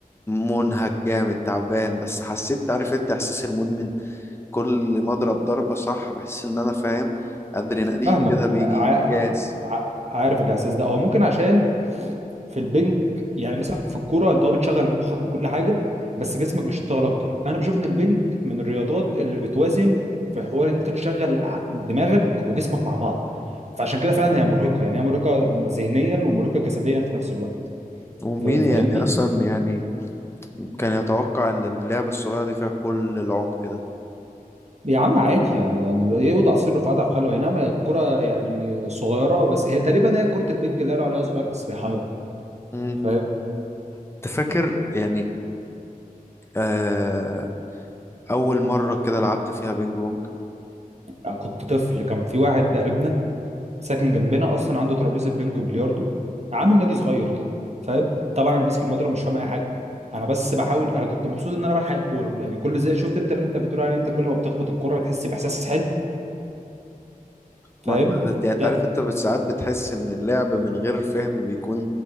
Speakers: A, on the left; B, on the right.
A: منهك جامد تعبان بس حسيت عارف انت احساس المدمن كل ما اضرب ضربة صح بحس ان انا فاهم ادرينالين
B: فاهمك
A: كده بيجي
B: ع...
A: انجاز
B: ع... عارف الاحساس ده هو ممكن عشان في البنج يعني مثلا في الكوره انت اه بتشغل مخك وكل حاجه بس جسمك بيشتغل اكتر انا بشوف ان البنج من الرياضات اللي بتوازن في حوار ان انت تشغل ع- دماغك وجسمك مع بعض فعشان كده فعلا هي مرهقه يعني هي مرهقه ذهنيا ومرهقه جسديا في نفس الوقت
A: ومين
B: ف- فاهمني
A: يعني اصلا يعني كان يتوقع ان اللعبه الصغيره دي فيها كل العمق ده
B: يا عم عادي يعني يقعد على السر وقعد على خاله اي نعم هي الكرة يعني صغيرة بس هي تقريبا هي كرة البنج اللي قالوا عليها صغير بس بيحير
A: امم
B: فاهم
A: انت فاكر يعني آه اول مره كده لعبت فيها بينج بونج
B: يعني كنت طفل كان في واحد قريبنا ساكن جنبنا اصلا عنده ترابيزة بنج وبلياردو عامل نادي صغير كده فاهم طبعا انا ماسك المضرب مش فاهم اي حاجة انا بس بحاول انا كنت مبسوط ان انا بلحق الكورة يعني كل زي شفت انت اللي انت بتقول عليه انت كل ما بتخبط الكورة بتحس باحساس حلو فاهم
A: ما انت يعني
B: ده
A: انت عارف انت ساعات بتحس ان اللعب من غير فهم بيكون